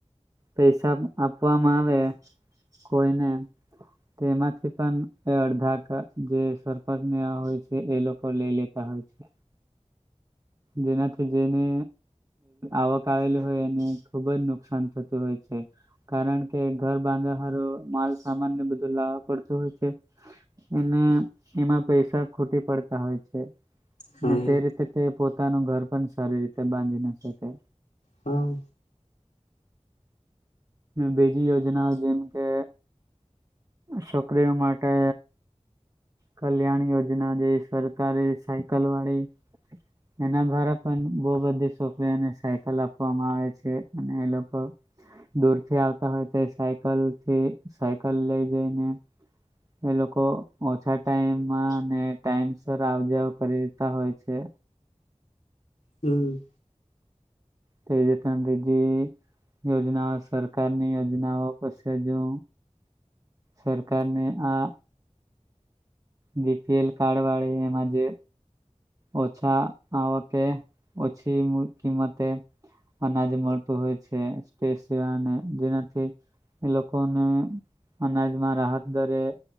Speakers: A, on the right; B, on the left.
A: પસ. આપવામાં આવે કોઈને. તેમાંથી પણ અડધા જે સરપંચ હોય છે એ લોકો લઈ લેતા હોય છે. જેનાથી જેને આવક આવેલી હોય એને ખુબ જ નુકસાન થતું હોય છે કારણ કે ઘર બાંધહરો માલ સામાનને બધું લાવવા પડતું હોય છે અનેને એમાં પૈસા ખોટી પડતા હોય છે
B: હા
A: તે રીતે તે. પોતાનું ઘર પણ સારી રીતે બાંધી ના શકે.
B: હા.
A: બીજી યોજના જેમ કે. છોકરીઓ માટે કલ્યાણ યોજના જે સરકારી સાયકલ વાળી એના દ્વારા પણ બહ બધી છોકરીઓને સાયકલ આપવામાં આવે છે અને એ લોકો દૂર. આવતા હોય તો સાયકલ થી સાયકલ લઈ જઈને. એ લોકો ઓછા ટાઈમમાં અને ટાઈમસ આવજાવ કરી દેતા હોય છે.
B: હમ.
A: તેવી ર પણ બીજી યોજનાઓ સરકારની યોજનાઓ પસે હજુ સરકારને આ. બીપીએલ કાર્ડ વાળી એમાં જે ઓછા આવકે ઓછી કિંમતે અનાજ મળતું હોય છેપ. વા અને જેનાથી એ લોકોને. અનાજમાં રાહત દરે